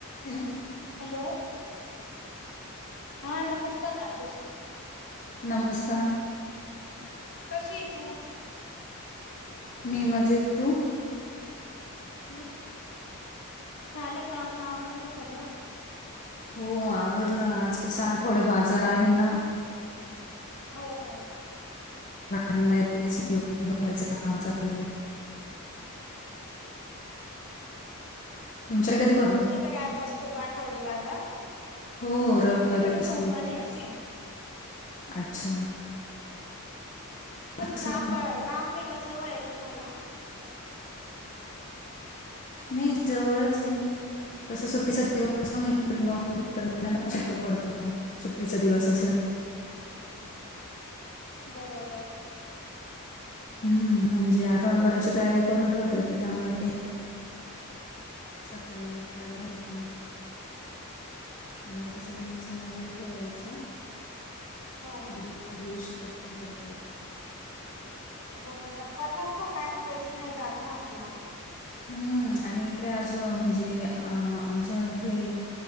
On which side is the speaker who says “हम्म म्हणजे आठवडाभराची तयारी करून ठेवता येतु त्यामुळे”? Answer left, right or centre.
Left